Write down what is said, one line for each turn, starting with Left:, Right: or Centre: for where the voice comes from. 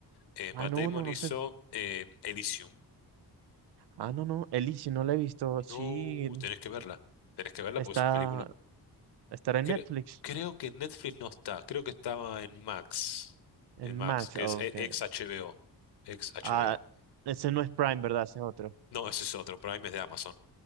Left: Eh,
Right: Ah,
Left: Matt
Right: no,
Left: Damon
Right: no, no
Left: hizo
Right: sé.
Left: eh, Elysium.
Right: Ah, no, no. Elysium no la he visto. Sí,
Left: No, tenés que verla. Tenés que verla
Right: está,
Left: porque es un película.
Right: estará en
Left: Cre-
Right: Netflix,
Left: creo que en Netflix no está, creo que estaba en Max.
Right: en
Left: En Max,
Right: Max.
Left: que
Right: Oh,
Left: es eh,
Right: ok.
Left: ex HBO. Ex HBO.
Right: Ah, ese no es Prime, ¿verdad? Ese es otro.
Left: No, ese es otro. Prime es de Amazon.